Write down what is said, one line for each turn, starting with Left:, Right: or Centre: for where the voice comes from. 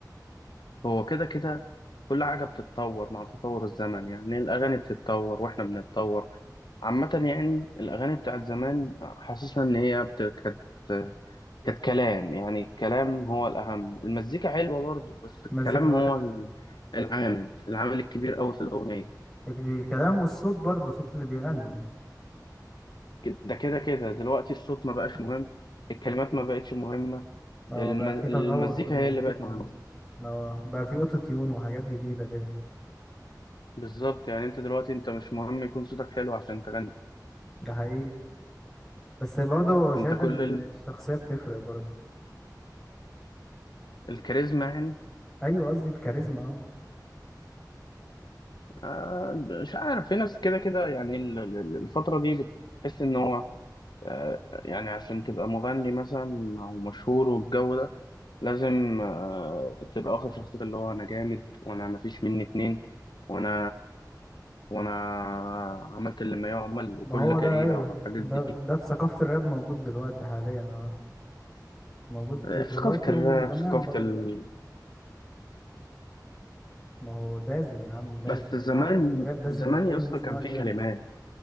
Left: هو كده كده كل حاجة بتتطور مع تطور الزمن يعني الأغاني بتتطور وإحنا بنتطور عامة يعني الأغاني بتاعت زمان حاسسها إن هي بت... كانت كانت كلام يعني الكلام هو الأهم المزيكا حلوة برضه بس الكلام
Centre: المزيكا
Left: هو
Centre: اه كانت
Left: ال- العامل العامل الكبير أوي في الأغنية
Centre: الكلام والصوت برضه صوت اللي بيغني
Left: كده- ده كده كده دلوقتي الصوت ما بقاش مهم الكلمات ما بقتش مهمة
Centre: اه
Left: الم...
Centre: بقى
Left: المزيكا
Centre: في تطور في المزيكا
Left: هي اللي بقت
Centre: فعلا
Left: مهمة
Centre: اه بقى في اوتو تيون وحاجات جديدة كده
Left: بالظبط يعني انت دلوقتي انت مش مهم يكون صوتك حلو عشان تغني
Centre: ده حقيقي بس برضه شايف
Left: انت كل
Centre: ان
Left: ال...
Centre: الشخصية بتفرق برضه
Left: الكاريزما يعني
Centre: ايوه قصدي الكاريزما اه
Left: آه مش عارف في ناس كده كده يعني ال- ال- الفترة دي بتحس ان هو آه يعني عشان تبقى مغني مثلا او مشهور والجو ده لازم آه تبقى واخد شخصية اللي هو انا جامد وانا مفيش مني اتنين وانا وانا عملت اللي ما يعمل وكل
Centre: ما هو
Left: كريلة
Centre: ده ايوه
Left: والحاجات
Centre: ده
Left: دي
Centre: ده في ثقافة الراب موجود دلوقتي حاليا اه موجود
Left: آه، ثقافة
Centre: دلوقتي ومن
Left: الراب
Centre: زمان
Left: ثقافة
Centre: برضه
Left: ال...
Centre: ما هو لازم يا عم لازم
Left: بس زمان
Centre: واحد بيغني راب لازم
Left: زمان
Centre: يبين
Left: يا
Centre: الناس
Left: اسطى كان
Centre: ان هو جامد
Left: في كلمات